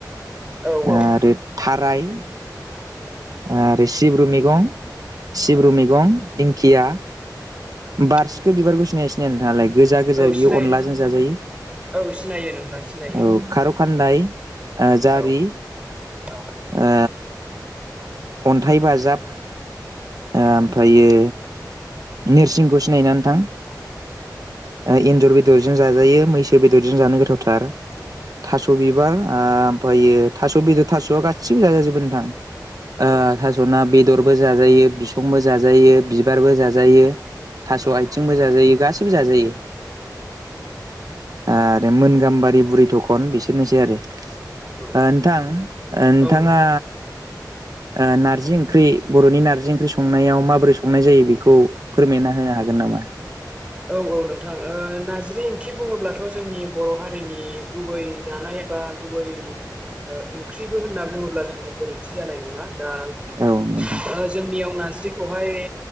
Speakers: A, on the right; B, on the right.
A: औ औ
B: आरो थाराय आरो सिब्रु मैगं सिब्रु
A: औ
B: मैगं दिंखिया
A: औ
B: बारसिखो बिबारखौ सिनायो ना सिनाया नोंथाङालाय गोजा गोजा
A: औ
B: बियो
A: सिनाय
B: अनलाजों जाजायो
A: औ सिनायो नोंथां सिनायो
B: औ खार' खानदाय ओ जारि
A: औ औ
B: आ अनथाइ बाजाब ओमफ्रायो नोरसिंखौ सिनायो ना नोंथां? ओ एनजर बेदरजों जाजायो मैसो बेदरजों जानो गोथावथार थास' बिबार ओमफायो थास' बेदर थास'आ गासिबो जाजाजोबो नोंथां ओ
A: औ
B: थास'ना बेदरबो जाजायो बिसंबो जाजायो बिबारबो जाजायो थास'
A: नोंथां
B: आथिंबो जाजायो गाससिबो जाजायो आरो मोन गामबारि बुरि थखन बिसोरनोसै आरो ओ
A: औ
B: नोंथां ओ नोंथाङा
A: औ नोंथां
B: ओ नारजि ओंख्रि बर'नि नारजि ओंख्रि संनायाव माबोरै संनाय जायो बेखौ बखौ फोरमायना होनो हागोन नामा?
A: औ औ नोंथां ओ नारज्रि ओंख्रि बुङोब्लाथ' जोंनि बर' हारिनि गुबै जानाय बा गुबै ओंख्रिबो होनना बुङोब्ला जोंहा गोरोनथि जानाय नङा आ
B: औ नोंथां
A: जोंनियाव नारज्रि खौहाय